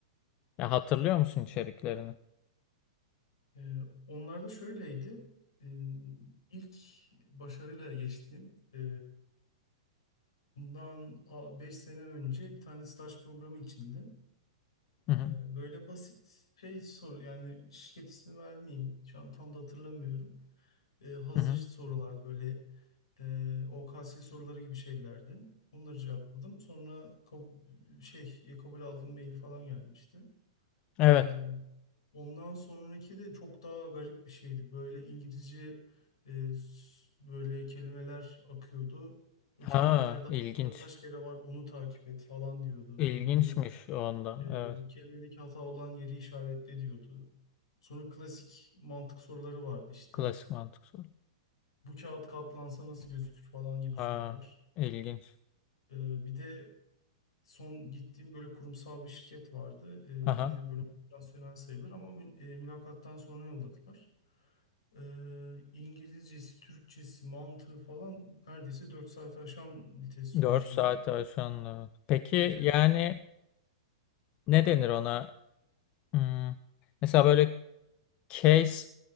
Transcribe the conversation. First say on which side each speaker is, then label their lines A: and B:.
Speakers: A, on the left; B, on the left.
A: Ya hatırlıyor musun içeriklerini?
B: Ee, onlar da şöyleydi. Ee, ilk başarıyla geçtiğim e, bundan 5 sene önce bir tane staj programı içinde
A: Hı hı
B: e,
A: hı
B: böyle basit şey soru yani şirket ismi vermeyeyim. Şu an tam da hatırlamıyorum. e, hazır
A: hı.
B: sorulardı böyle e, OKS soruları gibi şeylerdi. Onları cevapladım. Sonra kab- şey e, kabul aldığım maili falan gelmişti.
A: Evet.
B: E, ondan sonraki de çok daha garip bir şeydi. Böyle İngilizce e, s- böyle kelimeler akıyordu. O kelimelerde
A: Ha,
B: hata
A: ilginç.
B: kaç kere var onu takip et falan diyordu.
A: İlginçmiş
B: Ne bileyim
A: onda.
B: e,
A: Evet.
B: kelimedeki hata olan yeri işaretle diyordu. Sonra klasik mantık soruları vardı işte
A: Klasik mantık soru.
B: bu kağıt katlansa nasıl gözükür falan gibi sorular.
A: Ha, ilginç.
B: Ee, bir de son gittiğim böyle kurumsal bir şirket vardı. Ee, yine
A: Aha.
B: böyle nasyonel sayılır ama mü- e, mülakattan sonra yolladılar. Ee, İngilizcesi, Türkçesi, mantığı falan neredeyse 4 saati aşan bir test süreciydi.
A: 4 saat aşan. evet. Peki
B: Evet evet.
A: yani ne denir ona? Hmm, mesela böyle case